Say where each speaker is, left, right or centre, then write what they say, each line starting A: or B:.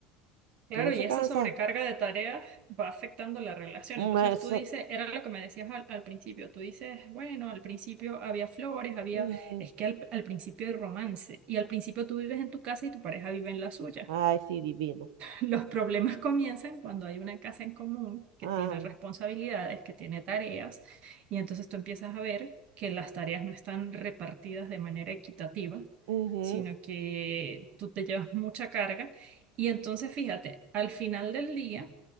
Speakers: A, on the right; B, on the right.
A: Claro,
B: uno se
A: y
B: cansa.
A: esa sobrecarga de tareas va afectando la relación.
B: Mm,
A: Entonces
B: eso-
A: tú dices, era lo que me decías al, al principio, tú dices, bueno, al principio había flores, había,
B: mm,
A: es que al, al principio hay romance y al principio tú vives en tu casa y tu pareja vive en la suya.
B: ay, sí, divino.
A: Los problemas comienzan cuando hay una casa en común que
B: Ah,
A: tiene responsabilidades, que tiene tareas, y entonces tú empiezas a ver que las tareas no están repartidas de manera equitativa,
B: ujú,
A: sino que tú te llevas mucha carga. Y entonces, fíjate, al final del día,